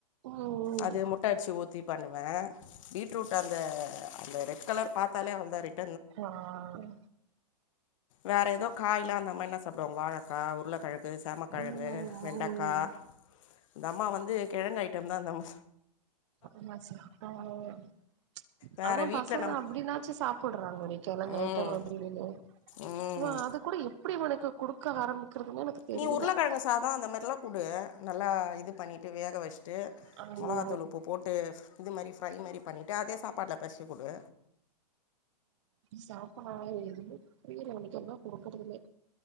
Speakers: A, on the right (about 45°); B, on the left (about 50°).
A: ம்
B: அது
A: ம்
B: முட்ட அடிச்சி ஊத்தி பண்ணே பீட்ரூட் அந்த அந்த ரெட் கலர் பாத்தாலே அவ்ள்தா ரிட்
A: ஆஹ்
B: வேற ஏதோ காய்லா அந்த மாரினாசாப்டுவாங்க வாழைக்கா உருளக்கெழங்கு சேமக் கெழங்கு
A: ம்
B: வெண்டக்கா
A: ம்
B: இந்த அம்மா வந்து கெழங்கு ஐட்டம் தா இந்தம்
A: <unintelligible>
B: வேறு
A: ஆனா
B: வீட்டில்
A: பசங்க
B: நம்
A: அப்டின்னாச்சு சாப்புடுறாங்கடி கிழங்கு ஐட்டம்
B: ம்
A: அப்டி இதுனு
B: ம்
A: ஆ அது கூட எப்டி இவனுக்கு குடுக்க ஆரம்பிக்கிறதுன்னே எனக்கு தெரியல
B: நீ உருளக்கெழங்கு சாதம் அந்த மாரிலா குடு நல்லா இது பண்ணிட்டு வேக வச்சுட்டு
A: ஐயோ
B: மொளகாத்தூள் உப்பு போட்டு இது மாரி ஃப்ரை மாரி பண்ணிட்டு அதே சாப்பாட்ல பெசஞ்சு குடு
A: சாப்பா எதுமே புரியல எனக்கு என்ன குடுக்குறதுனே